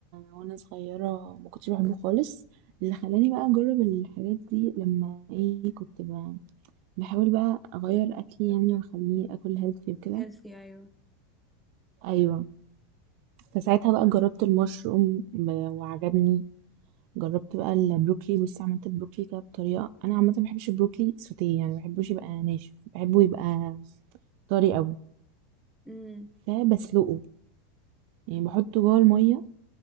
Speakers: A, on the right (about 60°); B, in the centre.
A: وانا صغيرة ما كنتش بحبه خالص اللي خلاني بقى اجرب الحاجات دي لما ايه كنت بقى بحاول بقى اغير اكلي يعني واخليه اكل هيلثي وكده
B: هيلثي ايوه
A: ايوه فساعتها بقى جربت المشروم ب- وعجبني جربت بقى البروكلي بص عملت البروكلي كده بطريقه انا عامه ما بحبش البروكلي سوتيه يعني ما بحبوش يبقى ناشف بحبه يبقى طري قوي
B: امم
A: فبسلقه يعني بحطه جوه الميه